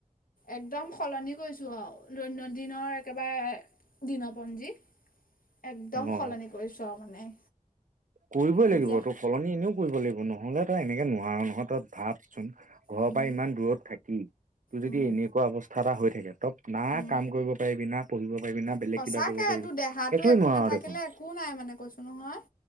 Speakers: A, on the left; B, on the right.
A: একদম সলনি কৰিছোঁ আও দৈনন্দিনৰ একেবাৰে দিনৰপঞ্জী একদম
B: অ
A: সলনি কৰিছোঁ আৰু মানে
B: কৰিবই লাগিব
A: এতিয়া
B: তোৰ সলনি এনেও। কৰিব লাগিব নহ'লে তই এনেকে নোৱাৰ নহয় ত ভাত চোন ঘৰৰ
A: উম
B: পৰা ইমান দূৰত থাকি তোৰ যদি
A: উম
B: এনেকুৱা অৱস্থা এটা হৈ থাকে ত না
A: উম
B: কাম কৰিব পাৰিবি না পঢ়িব পাৰিবি না বেলেগ
A: সঁচাকে
B: কিবা কৰিব পাৰিবি
A: এইটো দেহাটো
B: একোৱেই
A: একো
B: নোৱাৰো
A: নাথাকিলে
B: দেখোন
A: একো নাই মানে কৈছোঁ নহয়